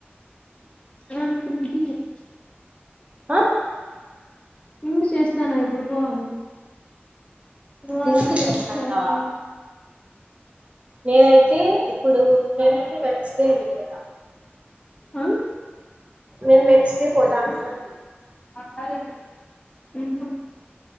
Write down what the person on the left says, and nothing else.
<inaudible>
ఉండు చేస్తా నా ఎదురుగాన్ బుధవారము
బేస్తవారము
ఆ
<inaudible> ఊహూ